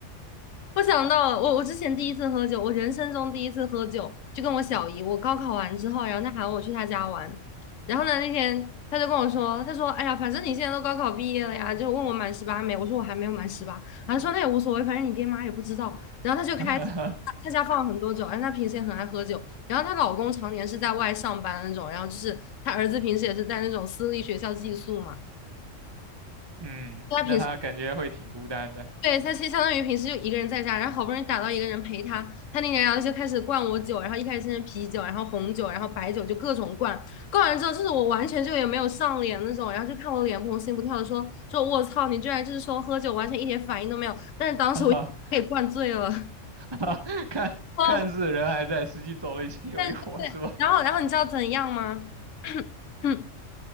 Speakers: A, on the left; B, on the right.
A: 我想到了我我之前第一次喝酒，我人生中第一次喝酒，就跟我小姨，我高考完之后，然后她喊我去她家玩，然后呢那天她就跟我说，她说，哎呀，反正你现在都高考毕业了呀，就问我满十八没，我说我还没有满十八，然后说那也无所谓，反正你爹妈也不知道，然后她就开始，
B: <laughs>
A: 她家放了很多酒，然后她平时也很爱喝酒，然后她老公常年是在外上班那种，然后就是她儿子平时也是在那种私立学校寄宿嘛。
B: 嗯，
A: 她平时
B: 那他感觉会挺孤单的，
A: 对，他其实相当于平时就一个人在家，然后好不容易打到一个人陪他，他那年然后就开始灌我酒，然后一开始先是啤酒，然后红酒，然后白酒，就各种灌。灌完之后，就是我完全就也没有上脸那种，然后就看我脸不红心不跳的说说，我操，你居然就是说喝酒完全一点反应都没有，但是当时我给灌醉了
B: <laughs> 哈哈看看似人还在，
A: <laughs> 哦，
B: 实际走了已经有一伙，
A: 但
B: 是吧？
A: 然后然后你知道怎样吗？<coughs> <clears throat> 然